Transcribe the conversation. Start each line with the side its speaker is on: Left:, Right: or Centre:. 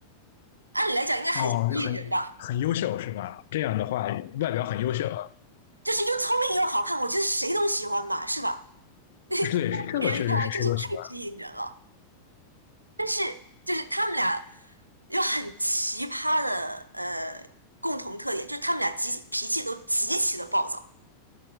Right: 按理来讲应该很吸引人吧。
Left: 哦，就很很优秀是吧？这样的话，外表很优秀，啊。
Right: 就是又聪明又好看，我觉得谁都喜欢吧，是吧？
Left: 对，
Right: 聪明人看来真是太吸引人了。
Left: 这个确实是谁都喜欢。
Right: 但是就是他们俩有很奇葩的呃共同特点，就是他们俩极脾气都极其的暴躁，